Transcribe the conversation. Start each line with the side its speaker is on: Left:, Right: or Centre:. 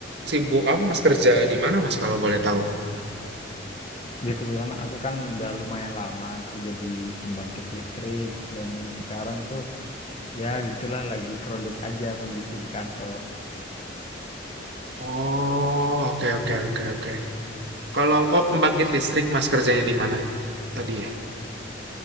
Right: sibuk apa Mas kerja di mana Mas kalau boleh tahu?
Left: Jadi kebetulan aku kan udah lumayan lama kerja di pembangkit listrik dan sekarang tuh ya gitulah lagi crowded aja kondisi di kantor.
Right: Oh, oke oke oke oke. Kalau oh pembangkit listrik Mas kerjanya di mana tadi ya?